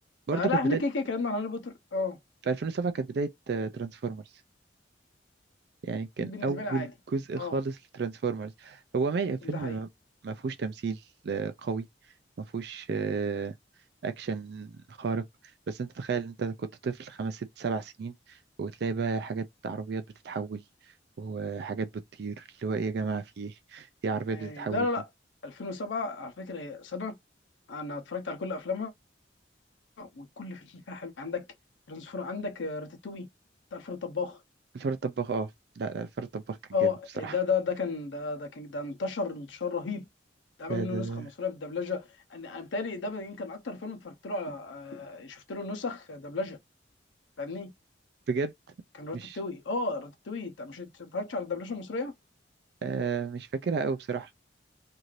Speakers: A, on the right; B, on the left.
A: برضه
B: فلا
A: كانت
B: احنا
A: بداية
B: كده كده اتكلمنا عن هاري بوتر اه
A: في 2007 كانت بداية ترانسفورمرز يعني كان
B: بالنسبه
A: أول
B: لي عادي
A: جزء
B: اه
A: خالص لترانسفورمرز هو ما فيلم
B: ده حقيقي
A: ما ما فيهوش تمثيل آه، قوي ما فيهوش آه، أكشن خارق بس أنت تخيل أنت كنت طفل خمس ست سبع سنين وتلاقي بقى حاجات عربيات بتتحول وحاجات بتطير اللي هو إيه يا جماعة في إيه؟ إيه عربيات
B: يعني
A: بتتحول
B: لا لا لا
A: دي
B: 2007 على فكره هي سنه انا اتفرجت على كل افلامها وكل فاشن فيها حلو عندك ترانسفور عندك آه، راتاتوي بتاع الفار الطباخ
A: الفار الطباخ أه لا لا الفار الطباخ كان
B: اه
A: جامد بصراحة
B: ده ده ده كان ده ده كان ده انتشر انتشار رهيب ده عمل
A: ده
B: منه
A: ده
B: نسخه
A: ده
B: مصريه بالدبلجه انا أنا بتهيألي ده يمكن اكتر فيلم اتفرجت له على آه، شفت له نسخ دبلجه فاهمني
A: بجد
B: كان راتاتوي
A: مش
B: اه راتاتوي انت مش اتفرجتش على الدبلجه المصريه
A: آه مش فاكرها قوي بصراحة